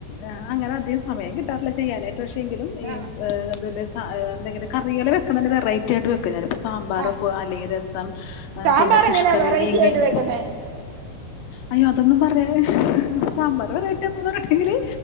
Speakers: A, on the left; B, on the right.
A: ആ അങ്ങനെ അധികം സമയം കിട്ടാറില്ല ചെയ്യാനായിട്ട് പക്ഷെങ്കിലും ഈ
B: ആഹ് ആഹ്
A: ഏഹ് <unintelligible> രസ ഏഹ് എന്തെങ്കിലും കറികള് വെക്കണെത് വെറൈറ്റി ആയിട്ട് വെക്കും ഞാന് ഇപ്പോ സാമ്പാറ്
B: ആഹ്
A: അല്ലെങ്കി രസം രസം ഏഹ്
B: സാമ്പാർ
A: പിന്നെ ഫിഷ്
B: എങ്ങനാ
A: കറി
B: വെറൈറ്റി
A: മീൻ
B: ആയിട്ട്
A: കറി
B: വെക്കുന്നേ
A: അയ്യോ അതൊന്നും പറയാ സാമ്പാറ് വെറൈറ്റിയ പറണ്ടെങ്കില്